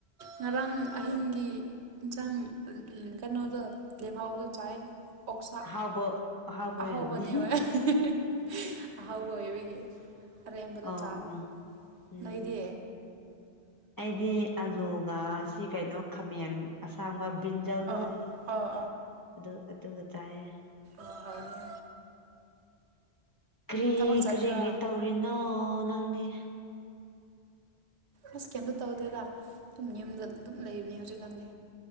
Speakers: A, on the right (about 80°); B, on the left (about 30°).
A: ꯉꯔꯥꯡ ꯑꯍꯤꯡꯒꯤ ꯏꯟꯁꯥꯡ ꯀꯩꯅꯣꯗꯣ ꯂꯦꯝꯍꯧꯕꯗꯣ ꯆꯥꯏ ꯑꯣꯛꯁꯥ
B: ꯑꯍꯥꯎꯕ ꯑꯍꯥꯎꯕ
A: ꯑꯍꯥꯎꯕꯅꯦ
B: ꯑꯣꯏꯔꯝꯅꯤ
A: ꯑꯣꯏ ꯑꯍꯤ ꯍꯤ ꯍꯤ ꯑꯍꯥꯎꯕ ꯑꯣꯏꯕꯒꯤ ꯑꯔꯦꯝꯕꯗꯣ
B: ꯑꯣ
A: ꯆꯥꯔꯦ
B: ꯑꯣ ꯎꯝ
A: ꯅꯣꯏꯗꯤ
B: ꯑꯩꯗꯤ ꯑꯂꯨꯒ ꯁꯤ ꯀꯩꯅꯣ ꯈꯥꯃꯦꯟ ꯑꯁꯥꯡꯕ ꯕꯤꯟꯖꯥꯜꯗꯣ
A: ꯑꯥ ꯑꯥ ꯑꯥ
B: ꯑꯗꯨ ꯑꯗꯨꯒ ꯆꯥꯏꯌꯦ
A: ꯑꯣ ꯍꯥꯎꯅꯤ
B: ꯀ꯭ꯔꯤ
A: ꯊꯕꯛ ꯆꯠꯇ꯭ꯔꯥ
B: ꯀ꯭ꯔꯤ ꯀ꯭ꯔꯤ ꯇꯧꯔꯤꯅꯣ ꯅꯪꯗꯤ
A: ꯑꯁ ꯀꯩꯝꯇ ꯇꯧꯗꯦꯗ ꯑꯗꯨꯝ ꯌꯨꯝꯗ ꯑꯗꯨꯝ ꯂꯩꯕꯅꯦ ꯍꯧꯖꯤꯛꯀꯥꯟꯗꯤ